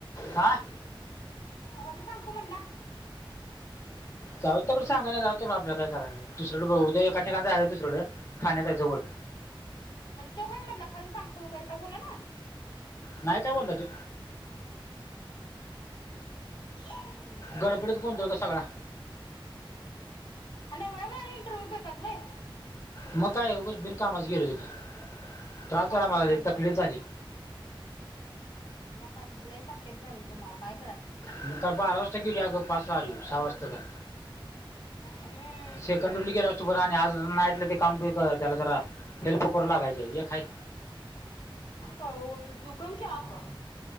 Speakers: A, on the left (about 30°); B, on the left (about 55°).
A: आ.
B: कधी सांगतो म्हणला?
A: जाऊ तर सांगा ना रावत आपल्या काय करायचंय. दुसरीकडे बघू उद्या. एका ठिकाण जायचा दुसरीकड. ठाण्याताय जवळ.
B: म्हण तो काय म्हणला? काय सांगतो वगैरे का बोला ना.
A: नाही काय बोलला तो?
B: हम्.
A: गडबडीत गोंधळ ग सगळा.
B: आणि एवढा वेळ इंटरव्यू घेतात व्हय?
A: मग काय, उगंच बिनकामाच गेलो तिथं. त्रास
B: फालतूगिरी
A: झाला मला, लय तकलीफ झाली.
B: मग काय तर, लई तकलीफ झाली तुम्हांला. काय करायचं?
A: मग काय, बारा वाजता गेली आगं. पाच <unintelligible> सहा वाजता का?
B: हम्म.
A: सेकंडवरली गेल असतो बर. आणि आज नाईटलं ते काम. त्याला जरा, हेल्प करू लागायचय. एक हाय.
B: हो. दुकल की आता.